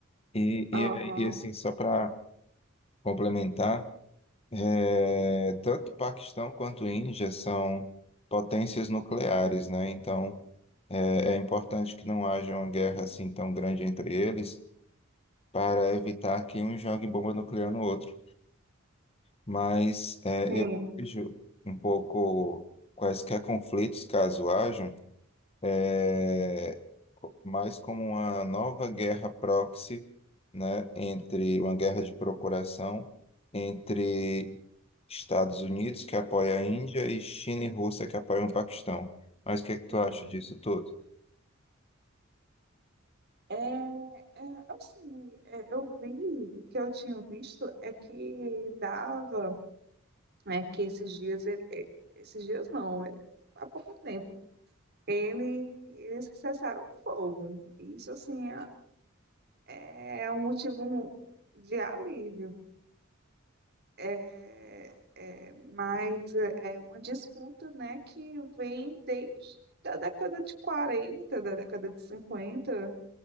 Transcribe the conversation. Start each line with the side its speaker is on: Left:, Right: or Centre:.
Left: E, e,
Right: aham,
Left: aí, e, assim, só para complementar, é, tanto Paquistão quanto Índia são potências nucleares, né? Então, é, é importante que não haja uma guerra assim tão grande entre eles para evitar que um jogue bomba nuclear no outro. Mas é,
Right: sim,
Left: eu vejo um pouco quaisquer conflitos, caso hajam. é, co- mais como uma nova guerra proxy, né, entre uma guerra de procuração entre Estados Unidos, que apoia a Índia, e China e Rússia, que apoiam o Paquistão. Mas o que
Right: sim.
Left: é que tu acha disso tudo?
Right: É, é, assim, é, eu vi, o que eu tinha visto é que dava, é que esses dias, ele- é, esses dias não, é, há pouco tempo, ele, eles cessaram o fogo. Isso, assim, é, é um motivo de alívio. É, é, mas é é uma disputa, né, que vem desde a década de 40 da década de cinquenta